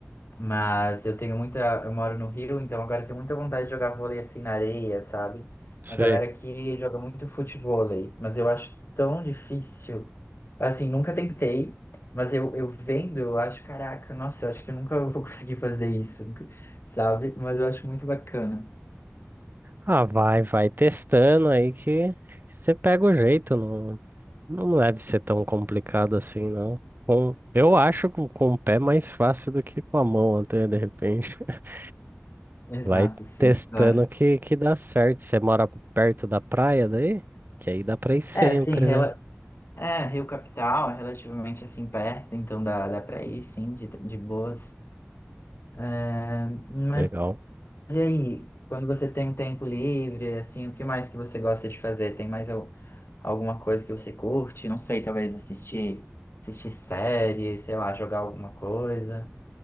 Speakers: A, on the left; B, on the right.
A: Mas eu tenho muita. Eu moro no Rio, então agora eu tenho muita vontade de jogar vôlei assim na areia, sabe?
B: Sei.
A: A galera que joga muito futevôlei, mas eu acho tão difícil. Assim, nunca tentei, mas eu, eu vendo, eu acho, caraca, nossa, eu acho que eu nunca <laughs> vou conseguir fazer isso, nunca- sabe? Mas eu acho muito bacana.
B: Ah, vai, vai testando aí que você pega o jeito. Não, Não deve ser tão complicado assim, não. Com, eu acho com, com o pé mais fácil do que com a mão, até de repente. <laughs>
A: Exato,
B: Vai
A: sim,
B: testando
A: claro.
B: que, que dá certo. Você mora perto da praia daí? Que aí dá pra ir sempre,
A: É, sim, rela...
B: né?
A: é, Rio Capital é relativamente assim perto, então dá, dá pra ir, sim, de, de boas. É, mas
B: Legal.
A: E aí, quando você tem um tempo livre, assim, o que mais que você gosta de fazer? Tem mais al- alguma coisa que você curte? Não sei, talvez assistir, assistir série, sei lá, jogar alguma coisa.